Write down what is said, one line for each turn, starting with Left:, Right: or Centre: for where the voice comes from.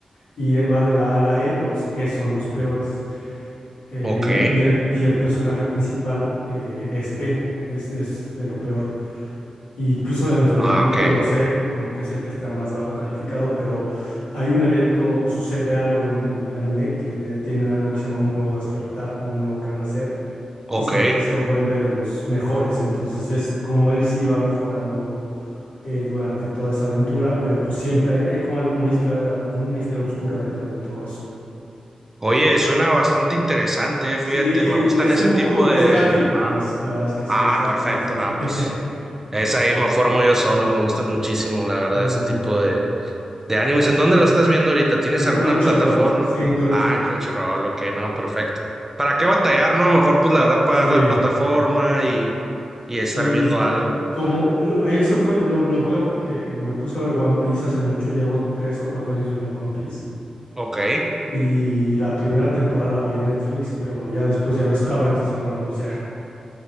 Left: Y eh, va de la A a la E, los E son los peores. Eh,
Right: ok,
Left: y, y el, y el personaje principal eh, es E, es, es de lo peor. Incluso dentro
Right: ah,
Left: del grupo
Right: ok,
Left: del O C E como que es el que está más bajo calificado, pero hay un evento o sucede algo en, en el anime que de- tiene algo que se llama un nuevo despertar, un nuevo renacer,
Right: ok.
Left: y se, y se vuelve de los mejores. Entonces es como él sí va mejorando eh, durante toda esa aventura, pero pues siempre hay, hay como alguna historia, una historia oscura detrás de todo eso.
Right: Oye, suena bastante interesante, eh, fíjate,
Left: Sí,
Right: me gustan
Left: es
Right: ese
Left: un poco,
Right: tipo
Left: y
Right: de...
Left: es gráfico además,
Right: Ah,
Left: la verdad es que sí
Right: ah,
Left: hay, sa-
Right: perfecto,
Left: sí hay sangre.
Right: no, pues... Esa ahí me formo yo solo, me gustan muchísimo, la verdad,
Left: <laughs> Muy
Right: ese
Left: bien.
Right: tipo de, de animes. ¿En dónde lo estás viendo ahorita? ¿Tienes
Left: En
Right: alguna
Left: Crunchyroll,
Right: plataforma?
Left: sí, en Crunchyroll.
Right: Ah, en Crunchyroll, ok, no, perfecto. ¿Para qué batallar, no? Mejor, pues, la verdad, pagar
Left: Sí.
Right: la plataforma y, y estar
Left: Sí,
Right: viendo algo.
Left: como lo- eso fue, lo, lo pagué porque me puse a ver One Piece hace mucho, llevo tres o cuatro años viendo One Piece
Right: Ok.
Left: y la primera temporada la vi en Netflix, pero ya después ya no estaba, entonces dije, bueno, pues ya.